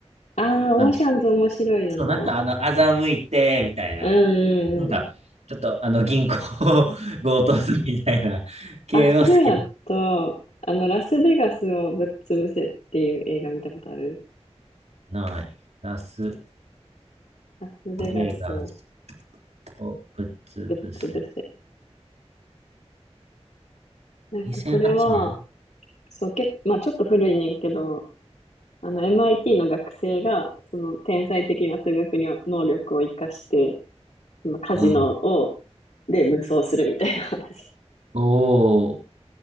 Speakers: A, on the left; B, on the right.
A: ああ、
B: なんか、
A: オーシャンズ面白いよな。
B: そう、なんかあの、欺いて、みたいな。
A: うんうん
B: なんか、ちょっとあの、銀行を <laughs> 強盗するみたいな系を好きだっ
A: あ、それやと、あの、ラスベガスをぶっ潰せっていう映画見たことある
B: た。ない。ラス
A: ラスベガスを
B: ベガスをぶつぶせ。
A: ぶっ潰せ。なんかこれは、
B: 2008年
A: そう、結構、まあちょっと古いねんけど、あの、MIT の学生が、その天才的な数学りょ能力を活かして、そのカジノを、
B: うん。
A: で無双するみたいな話。
B: おー、